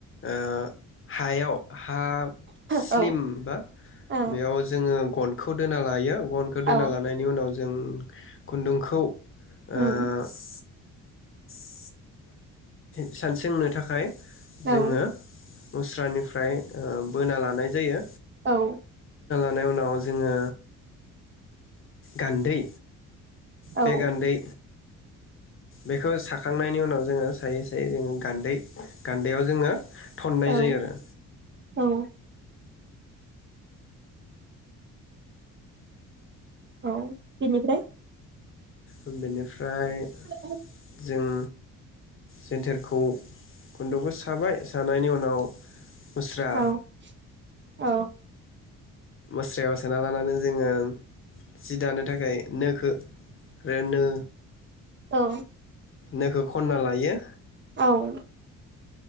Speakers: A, on the left; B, on the right.
A: ओ हायाव हा स्लिम
B: औ
A: बा
B: औ
A: बेयाव जोंङो गनखौ दोना लायो गनखौ
B: औ
A: दोना लानायनि उनाव जों खुन्दुंखौ
B: उम
A: ओ सि द इसान सोंनो थाखाय
B: औ
A: जोंङो मुस्रानिफ्राय ओ बोना लानाय जायो।
B: औ।
A: थां उनाव जोङो गान्दै।
B: औ
A: बे गान्दै बेखौ साखांनायनि उनाव जोंङो सायै सायै जोंञगान्दै गान्दैयाव जोंङो थननाय
B: औ
A: जायो आरो
B: औ औ बिनिफ्राय
A: ओ बेनिफ्रा ओमफ्राय
B: औ
A: जों जेन्टोरखौ खुन्दुंबो साबाय। थानायनि उनाव मुस्रा।
B: औ औ
A: मुस्रायाव सोना लानानै जोङो जि दानो थाखाय नोखौ आरो नो
B: औ।
A: नोखौ खनना लायो।
B: औ।